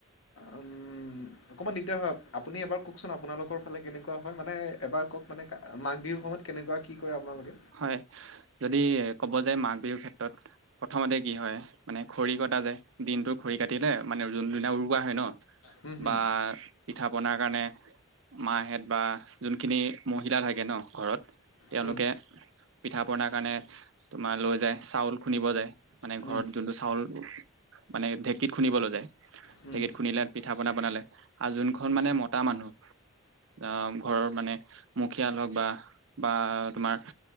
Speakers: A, on the left; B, on the right.
A: উম অকণমান দিগদাৰ হয় আপুনি এবাৰ কওকচোন আপোনালোকৰ ফালে কেনেকুৱা হয়? মানে এবাৰ কওক মানে মাঘ বিহুৰ সময়ত কেনেকুৱা কি কৰে আপোনালোকে?
B: হয় যদি ক'ব যে মাঘ বিহুৰ ক্ষেত্ৰত প্ৰথমতে কি হয়, মানে খৰি কটা যে দিনটোৰ খৰি কাটিলে মানে যোনদিনা উৰুোৱা হয় ন।
A: হুম হুম
B: বা পিঠা পনাৰ কাৰণে মাহেত বা যোনখিনি মহিলা থাকে ন ঘৰত তেওঁলোকে
A: হুম
B: পিঠা পনাৰ কাৰণে তোমাৰ লৈ যায় চাউল খুন্দিব যায়। মানে
A: হুম
B: ঘৰত যোনটো চাউল মানে ঢেঁকীত খুন্দিব লৈ যায়।
A: হুম
B: ঢেঁকীত খুন্দিলে পিঠা প বনালে আৰু যোনখন মানে মতা মানুহ। আহ ঘৰৰ মানে মুখিয়াল হওক বা বা তোমাৰ